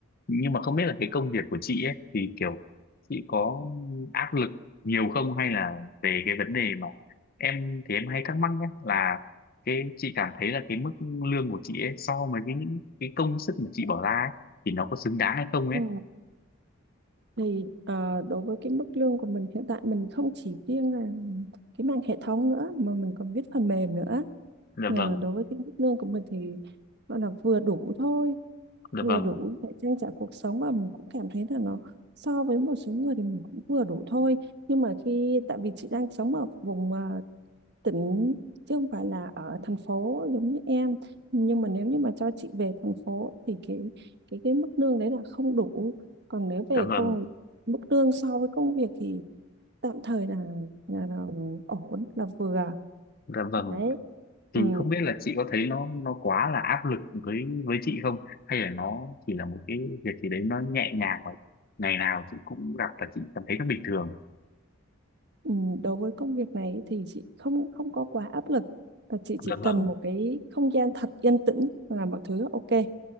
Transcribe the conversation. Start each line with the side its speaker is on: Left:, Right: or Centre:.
Left: nhưng mà không biết là cái công việc của chị ấy thì kiểu chị có áp lực nhiều không hay là về cái vấn đề mà em thì em hay thắc mắc nhé là cái chị cảm thấy là cái mức lương của chị ấy so với cái những cái công sức mà chị bỏ ra ấy, thì nó có xứng đáng hay không ấy
Right: Ừ. thì ờ, đối với cái mức lương của mình hiện tại mình không chỉ riêng là cái mảng hệ thống nữa mà mình còn viết phần mềm nữa
Left: dạ
Right: Ờ,
Left: vâng
Right: đối với cái mức lương của mình thì gọi là vừa đủ thôi
Left: dạ
Right: vừa
Left: vâng
Right: đủ để trang trải cuộc sống và mình cũng cảm thấy là nó so với một số người thì mình cũng vừa đủ thôi nhưng mà khi tại vì chị đang sống ở vùng ờ, tỉnh chứ không phải là ở thành phố giống như em nhưng mà nếu như mà cho chị về thành phố thì cái cái cái mức lương đấy là không đủ còn nếu
Left: dạ
Right: về
Left: vâng
Right: công mức lương so với công việc thì tạm thời là là, là ổn là vừa
Left: dạ vâng
Right: đấy
Left: thì
Right: ừ.
Left: không biết là chị có thấy nó nó quá là áp lực với với chị không hay là nó chỉ là một cái việc gì đấy nó nhẹ nhàng mà ngày nào chị cũng gặp và chị cảm thấy nó bình thường
Right: Ừ. đối với công việc này thì chị không không có quá áp lực Và chị chỉ
Left: dạ vâng
Right: cần một cái không gian thật yên tĩnh là mọi thứ ok